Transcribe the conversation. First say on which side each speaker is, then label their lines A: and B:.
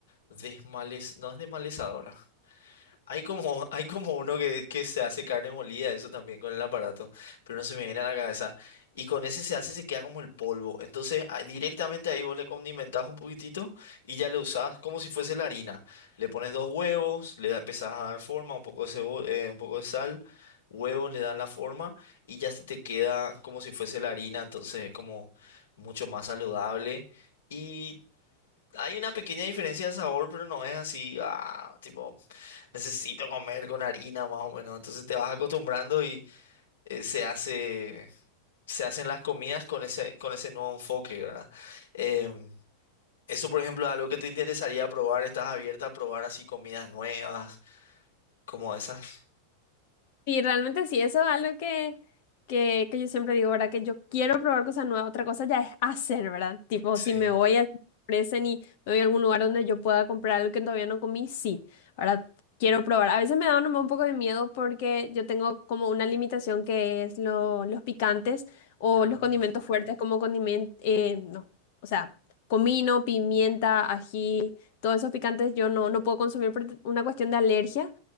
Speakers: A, on the left; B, on the left.
A: Desmales, no es desmalezadora. Hay como, <laughs> hay como uno que, que se hace carne molida, eso también con el aparato, pero no se me viene a la cabeza. Y con ese se hace, se queda como el polvo. Entonces, ah, directamente ahí vos le condimentás un poquitito y ya le usás como si fuese la harina. Le pones dos huevos, le da, empezás a dar forma, un poco de cebo- eh, un poco de sal, huevos le dan la forma y ya se te queda como si fuese la harina, entonces como mucho más saludable. Y hay una pequeña diferencia de sabor, pero no es así, ah, tipo, necesito comer con harina más o menos. Entonces te vas acostumbrando y eh, se hace, se hacen las comidas con ese, con ese nuevo enfoque, ¿verdad? Em, eso, por ejemplo, es algo que te interesaría probar. ¿Estás abierta a probar así comidas nuevas, como esas?
B: Sí, realmente sí, eso es algo que, que, que yo siempre digo, ¿verdad? Que yo quiero probar cosas nuevas, otra cosa ya es hacer, ¿verdad? Tipo,
A: Sí.
B: si me voy a ofrecen y me voy a algún lugar donde yo pueda comprar algo que todavía no comí, sí, ahora quiero probar. A veces me da nomás un poco de miedo porque yo tengo como una limitación que es lo- los picantes o
A: Ah,
B: los condimentos fuertes como condimento, eh, no, o sea, comino, pimienta, ají, todos esos picantes yo no, no puedo consumir por una cuestión de alergia.